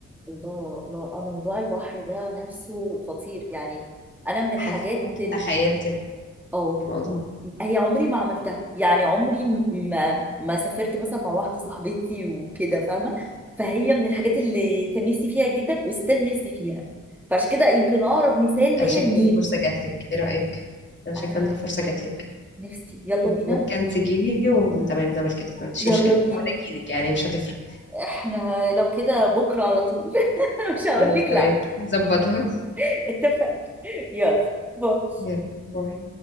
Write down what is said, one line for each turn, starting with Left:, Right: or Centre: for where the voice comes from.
Centre: الله الله آه، موضوع البحر ده نفسه خطير يعني انا من الحاجات
Left: حاساكي
Centre: ال-
Left: تخيلتي
Centre: اه
Left: الموضوع
Centre: م- هي عمري ما عملتها يعني عمري م- ما ما سافرت مثلا مع واحده صاحبتي وكده فاهمه فهي من الحاجات اللي كان نفسي فيها جدا وستيل نفسي فيها فعشان كده يمكن اقرب مثال
Left: انا
Centre: ليا
Left: شايفه
Centre: النيل
Left: ان الفرصه جات لك ايه رايك انا شايفه
Centre: انا
Left: ان الفرصه جات لك
Centre: نفسي يلا بينا
Left: ممكن تجيلي وتمام نعمل كده ما عنديش
Centre: يلا
Left: مشكله
Centre: بينا
Left: او انا اجيلك يعني مش هتفرق
Centre: احنا لو كده بكره على طول <laughs> مش هقول
Left: خلاص
Centre: لك
Left: تمام
Centre: لا
Left: نظبطها
Centre: <laughs> اتفق يلا باي.
Left: يلا باي